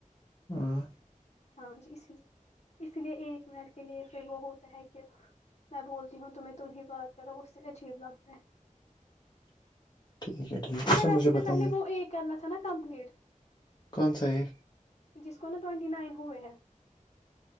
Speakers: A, on the left; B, on the left.
A: ہاں
B: ہاں جی اسے اس لیے ایک منٹ کے لیے پھر وہ ہوتا ہے کہ میں بولتی ہوں تمہیں تمہ بات کرو اس سے عجیب لگتا ہے
A: ٹھیک ہے ٹھیک
B: ہمیں
A: اچھا
B: ویسے
A: مجھے
B: بھی
A: بتائیے
B: پہلے وہ اے کرنا تھا نا کمپلیٹ
A: کونسا ہے
B: جس کو نا ٹوونٹی نائن ہوئے ہیں